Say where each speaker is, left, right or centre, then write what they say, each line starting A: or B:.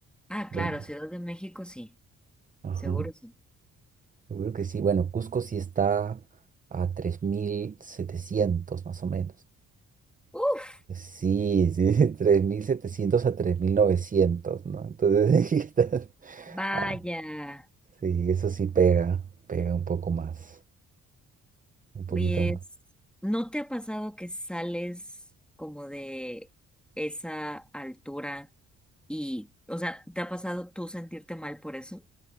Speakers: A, in the centre; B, on the right.
A: Ah,
B: Yo
A: claro,
B: no.
A: Ciudad de México sí,
B: Ajá.
A: seguro sí.
B: Seguro que sí. Bueno, Cusco sí está a 3700 más o menos.
A: Uf,
B: Sí, sí, <laughs> 3700 a tres mil novecientos ¿no? Entonces, <laughs> ahí está.
A: vaya.
B: ah, sí, eso sí pega, pega un poco más, un poquito
A: Oye,
B: más.
A: es- ¿no te ha pasado que sales como de esa altura y, o sea, ¿te ha pasado tú sentirte mal por eso?